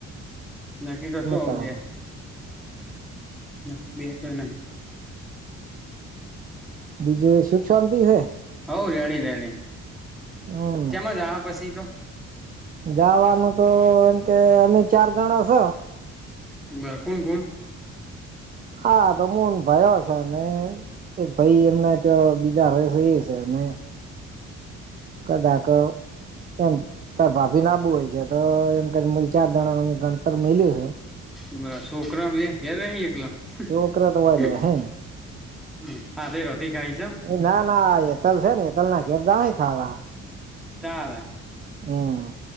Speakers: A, in the centre; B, on the right.
A: નકી તો શું
B: તેમ
A: ગયા <unintelligible>
B: બીજું સુખ શાંતિ હે
A: <unintelligible>
B: હમ જવાનું તો એમ કે અમે ચાર જણ સ
A: <unintelligible> કોણ કોણ
B: <unintelligible> એક ભાઈ અમને તો બીજા <unintelligible> કદાક <unintelligible> તારે ભાભી ના આબુ હોય છે તો એમ કરી મલ ચાર જણા ન ગણતર મેલ્યું છે
A: <unintelligible> <unintelligible>
B: છોકરા તો હોય રે હે
A: <unintelligible>
B: <unintelligible> ખાવા
A: <unintelligible>
B: હમ્મ